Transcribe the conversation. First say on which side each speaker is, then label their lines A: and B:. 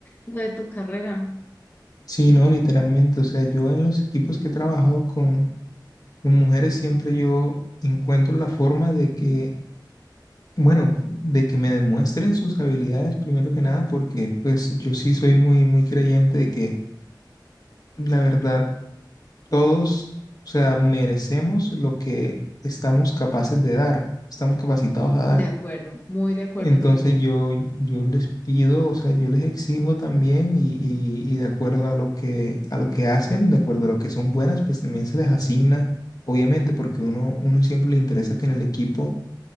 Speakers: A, on the left; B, on the left.
A: lo de tu carrera.
B: sí, no, literalmente, o sea, yo en los equipos que he trabajado con, con mujeres siempre yo encuentro la forma de que Bueno, de que me demuestren sus habilidades primero que nada, porque pues yo sí soy muy, muy creyente de que la verdad todos, o sea, merecemos lo que estamos capaces de dar, estamos capacitados a
A: De
B: dar.
A: acuerdo, muy de acuerdo
B: Entonces
A: contigo.
B: yo, yo les pido, o sea, yo les exijo también y, y- y de acuerdo a lo que, a lo que hacen, de acuerdo a lo que son buenas, pues también se les asigna, obviamente, porque uno, uno siempre le interesa que en el equipo